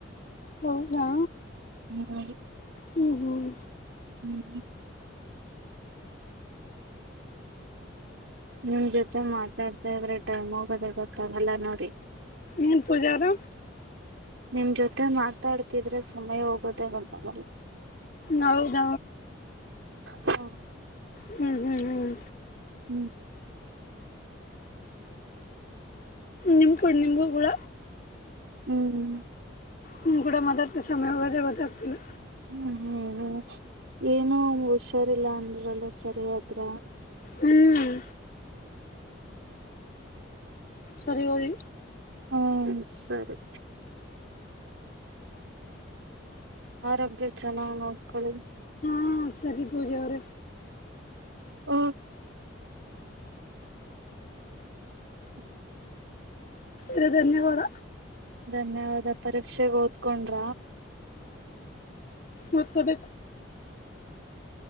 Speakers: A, on the left; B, on the right.
A: ಹೌದಾ
B: ಹ್ಮ್
A: ಹ್ಮ್ ಹ್ಮ್
B: ಹ್ಮ್ ನಿಮ್ ಜೊತೆ ಮಾತಾಡ್ತಾ ಇದ್ರೆ ಟೈಮ್ ಹೋಗೋದ ಗೊತ್ತಾಗಲ್ಲ ನೋಡಿ
A: ಏನ್ ಪೂಜಾರಾ
B: ನಿಮ್ ಜೊತೆ ಮಾತಾಡ್ತಿದ್ರೆ ಸಮಯ ಹೋಗೋುದೇ ಗೊತ್ತಾವಲ್ಲ
A: ಹೌದ
B: ಹಾ
A: ಹ್ಮ್ ಹ್ಮ್ ಹ್ಮ್
B: ಹ್ಮ್
A: ನಿಮಕು ನಿಂಬು ಗೂರ
B: ಹ್ಮ್
A: ಹ ಕೂಡ ಮಾತಾಡ್ತಿ ಸಮಯ ಹೋಗೋದೇ ಗೊತ್ತಾಗ್ತಿಲ್ಲ
B: ಹ್ಮ್ ಹ್ಮ್ ಏನ ಹುಷಾರಿಲ್ಲಾ ಅಂದ್ರಲ್ಲ ಸರಿಯಾದ್ರ
A: ಹ್ಮ್ ಸರಿ ಬಿ
B: ಹ್ಮ ಸರಿ ಆರೋಗ್ಯ ಚೆನ್ನಾಗ್ ನೋಡ್ಕೊಳ್ಳಿ
A: ಹಾಂ ಸರಿ ಪೂಜೆಯ ಅವ್ರ
B: ಹ ಹ್ಮ್
A: ಇ ಧನ್ಯವಾದ
B: ಧನ್ಯವಾದ ಪರೀಕ್ಷೆೆಗೆ ಓದ್ಕೊಂಡ್ರ
A: ಮತ್ತದ